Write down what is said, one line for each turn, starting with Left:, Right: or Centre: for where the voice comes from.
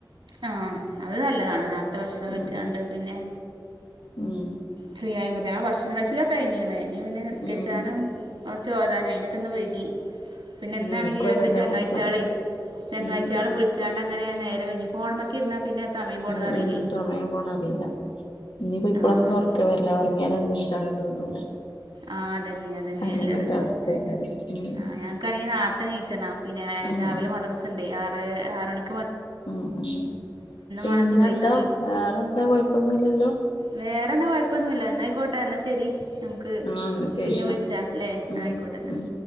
Right: ആ അത് നല്ലതാണ് നേരത്തെ ഭക്ഷണം
Left: ഉം
Right: കഴിച്ചണ്ട് പിന്നെ
Left: ഉം
Right: ഫ്രീ ആയ കു പച്ചി ആ ഭക്ഷണം കഴിച്ചിലൊക്കെ കഴഞ്ഞ മ പിന്നെ നിസ്കരിച്ചാനും
Left: ഉം
Right: ചോദാന അയിനക്കെ ഒന്ന് വൈകി പിന്നെ
Left: ഉം
Right: ഇന്നാണെങ്കി
Left: ഇൻക്കും
Right: രണ്ട്
Left: അതന്നെ
Right: ചങ്ങാ്ച്ചാള
Left: പ്രശ്നം
Right: ചങ്ങാ്ച്ചാളും
Left: ഉം
Right: വിളിച്ചാണ്ട അങ്ങന നേരം വൈകി ഫോണിമ്മ ക്കെ ഇര്ന്നാ പിന്നെ സമയം പോണത്
Left: ഉം
Right: അറിയില്ലേ
Left: ഉം സമയം പോണ അറില്ല ഇനിയിപ്പ ഇപ്പളൊന്നും
Right: ആഹ്
Left: ഒർക്ക വര് ല്ല ങ്ങിയാലേണെ നീച്ചാംനും തോന്നൂില്ല
Right: ആ അതന്നെ അതന്നെയ
Left: അങ്ങനൊരവസ്ഥേക്കാരം
Right: ള്ളത്
Left: ഉം
Right: ആ ഞങ്ങക്കാണെങ്ക നാ ർത്തെ നീച്ചണം പിന്നെ
Left: ഉം
Right: രാവിലെ മദ്രസ ണ്ടെയ് ആറര ആറണിക്ക്
Left: ഉ ഉം പിന്നെ
Right: മാണം സുബൈക്ക്
Left: എന്താ വേറെന്താ കുഴപ്പൊന്നുംില്ലല്ലോ
Right: വേറെ എന്താ കൊഴപ്പൊന്നുല്ല എന്നായിക്കോട്ടെ എന്നാ ശരി നമുക്ക്
Left: ആഹ് ന്നാ ശരി
Right: പിന്നെ
Left: ന്നാ
Right: വിളിച്ചാ ല്ലേ
Left: ഉം
Right: ആയിക്കോട്ടെ ന്നാ
Left: ഉം